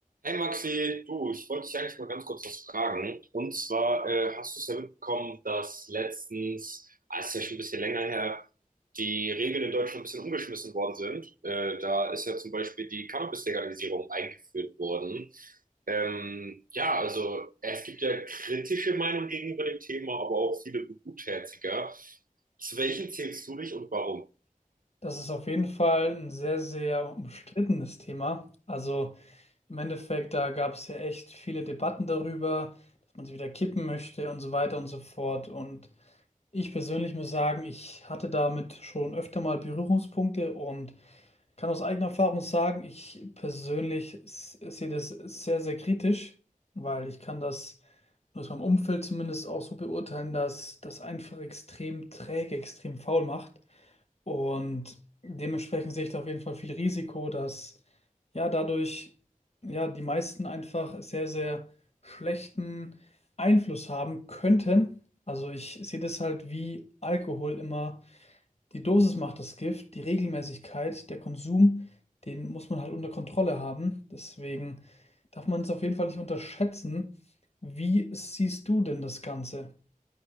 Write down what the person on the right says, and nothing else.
Hey Maxi, du, ich wollte dich eigentlich mal ganz kurz was fragen. Und zwar äh, hast du es ja mitbekommen, dass letztens, ah, ist ja schon ein bisschen länger her, die Regeln in Deutschland ein bisschen umgeschmissen worden sind. Äh, da ist ja zum Beispiel die Cannabis-Legalisierung eingeführt worden. Ähm, ja, also es gibt ja kritische Meinungen gegenüber dem Thema, aber auch viele Gutherziger. Zu welchen zählst du dich und warum?